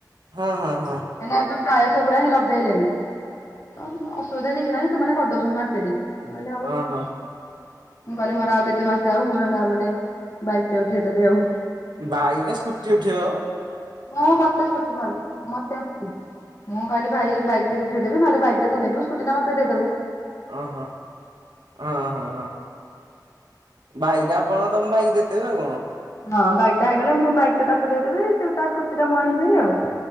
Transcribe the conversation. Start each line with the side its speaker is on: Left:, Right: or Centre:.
Right: ହଁ ହଁ ହଁ
Left: କାହିଁକିନା ଏବେ ପ୍ରାୟ ସେଗୁଡା ହିଁ ଲଗେଇଲେଣି ତ ଅସୁବିଧା କିଛି ନାହିଁ ସେମାନେ କରିଦଉ ସେଟିକ ହେଲା ଆଉ
Right: ଓହୋ
Left: ମୁଁ କହିଲି ମୋର ଆଉ କେତେ ମାସ ଯାଉ ମୁହେଲେ ଆଉ ଗୋଟେ ବାଇକ ଟେ ଉଠେଇଦେବି ଆଉ
Right: ବାଇ ରେ ସ୍କୁଟି ଉଠିବ
Left: ମୁଁ ମତେ ସ୍କୁଟି ଭଲ ମତେ ଆସିଛି ମୁଁ କହିଲି ଭାଇ ବାଇ ଉଠେ ଦେବେ ନହେଲେ ବାଇକ ଟା ତୁ ନେଇଯିବୁ ସ୍କୁଟି ଟା ମତେ ଦେଇ ଦବୁ
Right: ଓ ହୋ ହ ହ ହ ଭାଇକା ଆପଣ ତମେ ଭାଇ କି ଦେଇଦେବେ ଆଉ କଣ
Left: ହଁ ବାଇକ୍ ଟା ହେଇଗଲେ ମୁଁ ବାଇକ୍ ଟା ତାକୁ ଦେଇଦେବି ସେ ତା ସ୍କୁଟି ଟା ମୁ ଆଣବି ଭାରି ଆଉ